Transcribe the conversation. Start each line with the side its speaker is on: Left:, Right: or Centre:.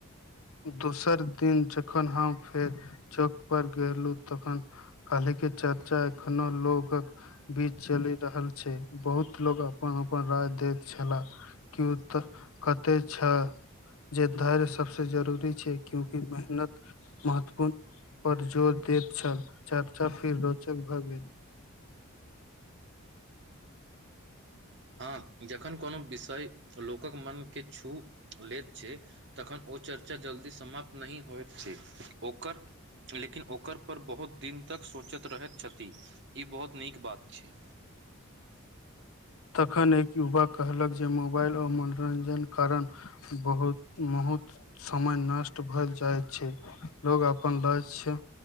Left: दोसर दिन जखन हम फेर चौकपर गेलहुँ तखन अलगे चर्चा एखनो लोग बीच चलि रहल छै बहुत लोग अपन अपन राय देत छलाह क्यौ एतए तऽ कते छह जे धैर्य सभ से जरूरी छै। क्योंकि मेहनत महत्वपूर्ण पर जोर दैत छल, चर्चा फिर रोचक भए गेल
Right: हँ जखन कोनो विषय लोकक मनकेँ छू लैत छैय। तखन ओ चर्चा जल्दी समाप्त नहि होइत छै, ओकर लेकिन ओकर पर बहुत दिन तक सोचैत रहैत छथि। ई बहुत नीक बात छैय।
Left: तखन एक युवा कहलक जे मोबाइल आओर मनोरंजन कारण। बहुत महुत समय नष्ट भ‌ऽ जाय छैय, लोग अपन ल्क्षय